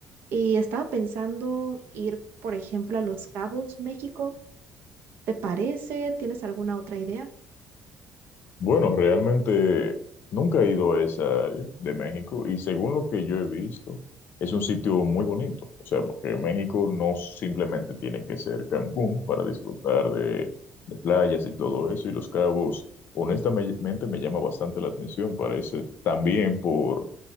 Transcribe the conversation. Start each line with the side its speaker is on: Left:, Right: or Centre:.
Right: y estaba pensando ir, por ejemplo, a Los Cabos, México. ¿Te parece? ¿Tienes alguna otra idea?
Left: Bueno, realmente nunca he ido a esa área de México y según lo que yo he visto, es un sitio muy bonito. O sea, porque México no simplemente tiene que ser Cancún para disfrutar de, de playas y todo eso. Y Los Cabos, honestamente, me llama bastante la atención. Parece también por